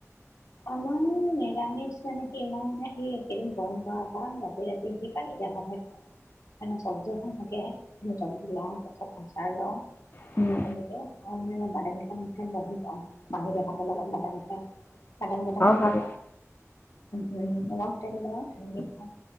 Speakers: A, on the left; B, on the left.
A: আমাৰো নিৰামিষ, মানে কি মই মানে এই এইকেইদিন গৰম পৰাৰ পৰা ৰাতি ৰাতি পানী দিয়া ভাত হে খাওঁ। মানে চব্জি এখন থাকে, চব্জি লওঁ, তাৰপিছত আচাৰ লওঁ।
B: অ আৰু
A: তেনেকে আৰু মানে মই বাদাম কেইটামান <unintelligible> পানী দিয়া ভাতৰ লগত বাদাম খাই। বাদাম কেইটামানো
B: ভাল
A: লওঁ। নিমখ তেল লও, তেনেকেই খাও।